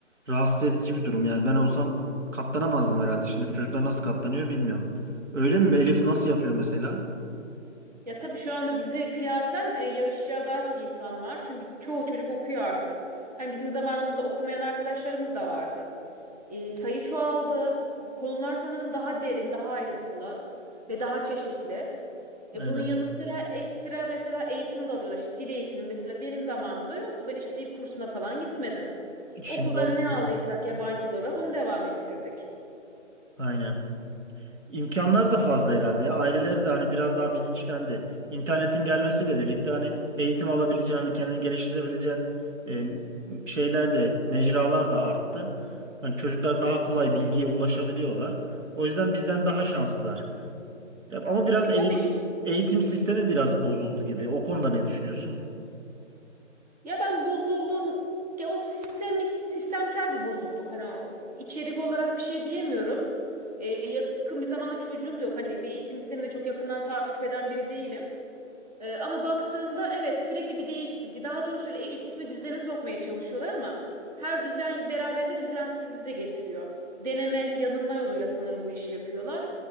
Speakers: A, on the right; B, on the right.
A: rahatsız edici bir durum. Yani ben olsam katlanamazdım herhalde. Şimdiki çocuklar nasıl katlanıyor bilmiyorum. Öyle mi? Elif nasıl yapıyor mesela?
B: Ya tabii şu anda bize kıyasen e, yarışacağı daha çok insan var. Çünkü çoğu çocuk okuyor artık. Hani bizim zamanımızda okumayan arkadaşlarımız da vardı. Ee, sayı çoğaldı. Konular sanırım daha derin, daha ayrıntılı ve daha çeşitli. E
A: Evet.
B: bunun yanı sıra ekstra mesela eğitim de alıyorlar. İşte dil eğitimi mesela benim zamanımda yoktu. Ben hiç dil kursuna falan gitmedim.
A: Şimdi
B: Okuldan
A: alıyorlar.
B: ne aldıysak yabancı dil olarak onu devam ettirdik.
A: Aynen. İmkanlar da fazla herhalde ya. Aileleri de hani biraz daha bilinçlendi. İnternetin gelmesiyle birlikte hani eğitim alabileceğin, hani kendini geliştirebileceğin e, şeyler de, mecralar da arttı. Hani çocuklar daha kolay bilgiye ulaşabiliyorlar. O yüzden bizden daha şanslılar. Ya Ama biraz
B: E
A: eğitim,
B: tabii işte
A: eğitim sistemi biraz bozuldu gibi. O konuda ne düşünüyorsun?
B: ya ben bozuldum. Ya o sistemik, sistemsel bir bozukluk. Hani o içerik olarak bir şey diyemiyorum. E, yakın bir zamanda çocuğum da yok. Hani bir eğitim sistemini de çok yakından takip eden biri değilim. Ee, ama baktığımda evet sürekli bir değişiklik. Daha doğrusu şöyle eğitimi düzene sokmaya çalışıyorlar ama her düzen beraberinde düzensizliği de getiriyor. Deneme, yanılma yoluyla sanırım bu işi yapıyorlar.